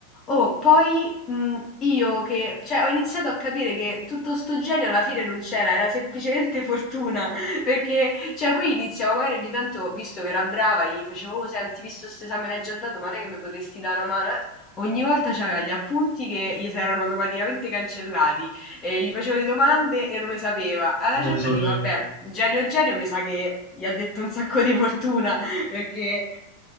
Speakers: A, on the left (about 25°); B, on the left (about 50°).
A: Oh, poi mh, io che, cioè, ho iniziato a capire che tutto sto genio alla fine non c'era, era semplicemente fortuna. <laughs> Perché, cioè, poi iniziavo magari ogni tanto, visto che era brava, gli facevo, oh, senti, visto questo esame l'hai già dato, ma non è che mi potresti dare una mano, eh? Ogni volta c'aveva gli appunti che gli si erano automaticamente cancellati, e gli facevo le domande e non le sapeva. Alla
B: Non
A: certa
B: lo sapeva.
A: dico, vabbè, genio genio, mi sa che gli ha detto un sacco di fortuna, <laughs> perché